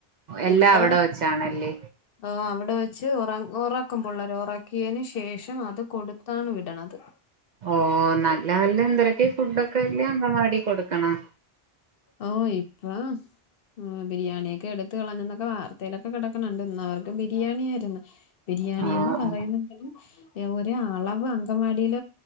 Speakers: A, on the right; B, on the left.
A: എല്ലാം
B: ഇപ്പ
A: അവിടെ വെച്ചാണല്ലേ
B: ആഹ് അവി ടെ വെച്ച് ഉറ ഉറാക്കുമ്പിള്ളേരെ ഉറാക്കിയതിന് ശേഷം അത് കൊടുത്താണ് വിടണത്
A: ഓ നല്ല നല്ല എന്തൊരക്കെ ഫുഡൊക്കെ വല്ല അംഗവാടി കൊടുക്കണ
B: ഓ ഇപ്പം ആ ബിരിയാണിയൊക്കെ എടുത്ത് കളഞ്ഞ് എന്നൊക്കെ വാർത്തയിലൊക്കെ കേക്ക്ണ്ണ്ട് ഇന്ന് അവർക്ക് ബിരിയാണിയായിരുന്നു ബിരിയാണി
A: ആഹ്
B: എന്ന് പറയണെങ്കിലും ഒര് അളവ് അങ്കവാടിൽ